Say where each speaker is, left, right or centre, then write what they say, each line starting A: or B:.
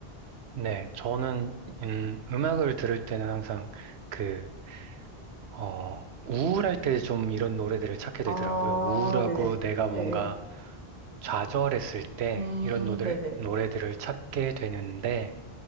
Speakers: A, on the right; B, on the right.
A: 네, 저는, 음, 음악을 들을 때는 항상 그, 어, 우울할 때 좀 이런 노래들을 찾게
B: 아,
A: 되더라고요. 우울하고
B: 네네.
A: 내가 뭔가
B: 예, 예.
A: 좌절했을 때
B: 음,
A: 이런 노래,
B: 네네.
A: 노래들을 찾게 되는데,